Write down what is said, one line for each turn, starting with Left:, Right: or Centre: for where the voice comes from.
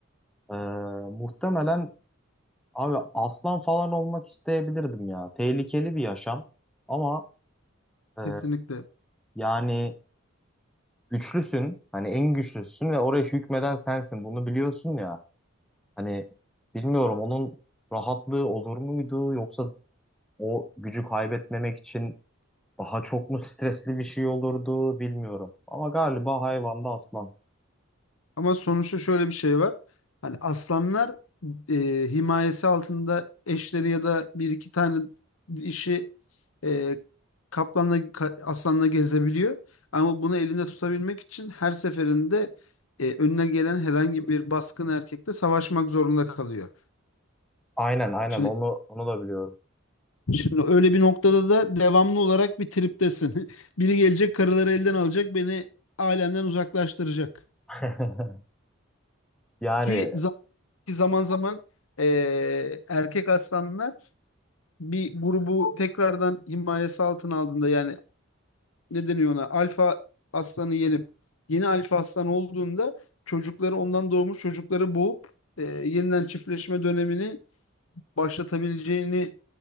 Centre: ee, muhtemelen abi aslan falan olmak isteyebilirdim ya. Tehlikeli bir yaşam ama ee,
Left: Kesinlikle.
Centre: yani güçlüsün. Hani en güçlüsün ve oraya hükmeden sensin. Bunu biliyorsun ya. Hani bilmiyorum onun rahatlığı olur muydu yoksa o gücü kaybetmemek için daha çok mu stresli bir şey olurdu bilmiyorum. Ama galiba hayvanda aslan.
Left: Ama sonuçta şöyle bir şey var. Hani aslanlar e, himayesi altında eşleri ya da bir iki tane dişi e, kaplanla ka- aslanla gezebiliyor. Ama bunu elinde tutabilmek için her seferinde e, önüne gelen herhangi bir baskın erkekle savaşmak zorunda kalıyor.
Centre: Aynen aynen
Left: Şimdi
Centre: onu onu da biliyorum.
Left: şimdi öyle bir noktada da devamlı olarak bir triptesin. <laughs> Biri gelecek karıları elden alacak, beni alemden uzaklaştıracak.
Centre: <laughs> Yani
Left: Ki Ki zaman zaman eee, erkek aslanlar bir grubu tekrardan himayesi altına aldığında yani ne deniyor ona alfa aslanı yenip yeni alfa aslan olduğunda çocukları ondan doğmuş çocukları boğup eee, yeniden çiftleşme dönemini başlatabileceğini